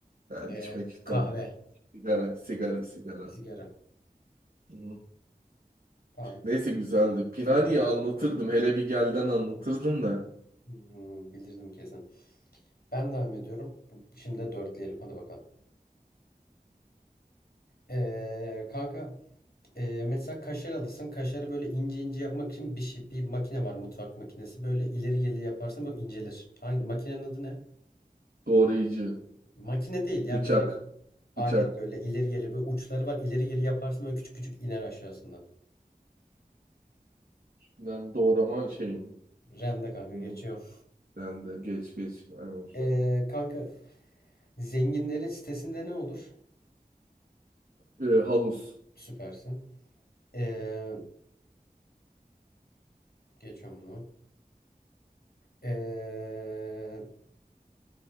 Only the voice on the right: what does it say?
Ya içmek
tabu. Sigara, sigara, sigara.
Hı.
Neyse güzeldi. Pinani'yi
anlatırdım. Hele bir gelden anlatırdım da.
Doğrayıcı,
bıçak,
bıçak.
Ben doğrama şeyim.
Hı.
Ben de geç geç. Aynen şu
an.
Ee, havuz,